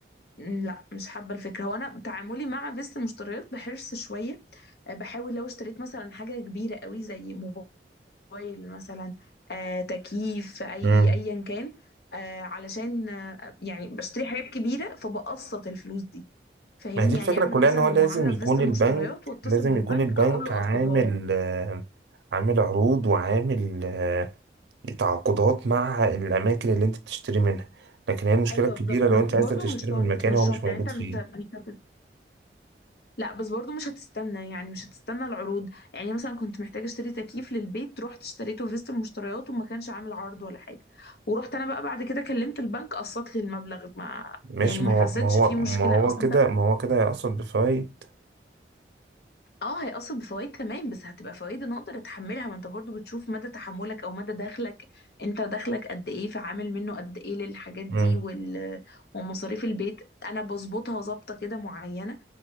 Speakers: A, on the left; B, on the right.
A: مم، لا مش حابة الفكرة هو أنا تعاملي مع فيست المشتريات بحرص شوية آه، بحاول لو اشتريت مثلا حاجة كبيرة قوي زي موبايل مثلا آه، تكييف أي
B: مم.
A: أيا كان آه، علشان آه، يعني بشتري حاجات كبيرة فبقسط الفلوس دي فاهمني
B: ما هي دي الفكرة
A: يعني أعمل
B: كلها
A: مثلا
B: إن هو لازم
A: المعاملة
B: يكون
A: في فيست المشتريات
B: البنك
A: وأتصل
B: لازم
A: بالبنك
B: يكون البنك
A: أقول له
B: عامل
A: قسطها لي
B: آه، عامل عروض وعامل آه، تعاقدات مع الأماكن اللي أنت بتشتري منها لكن هي المشكلة
A: أيوه
B: الكبيرة
A: بالظبط
B: لو
A: بس
B: أنت عايزة
A: برضو
B: تشتري
A: مش شرط
B: من مكان
A: مش
B: هو مش
A: شرط
B: موجود
A: يعني أنت مش
B: فيه
A: مش هت- لا بس برضو مش هتستنى يعني مش هتستنى العروض يعني مثلا كنت محتاجة اشتري تكييف للبيت رحت اشتريته في فيست المشتريات وما كانش عامل عرض ولا حاجة ورحت انا بقى بعد كده كلمت البنك قسط لي المبلغ ما
B: ماشي
A: يعني
B: ما
A: ما
B: هو
A: حسيتش
B: ما هو
A: فيه مشكلة
B: ما هو
A: اصلا
B: كده
A: انت
B: ما هو كده هيقصد بفوائد
A: اه هيأثر بفوائد تمام بس هتبقى فوائد انا اقدر اتحملها ما انت برضو بتشوف مدى تحملك او مدى دخلك انت دخلك قد ايه فعامل منه قد ايه للحاجات دي
B: مم.
A: وال... ومصاريف البيت انا بظبطها ظابطة كده معينة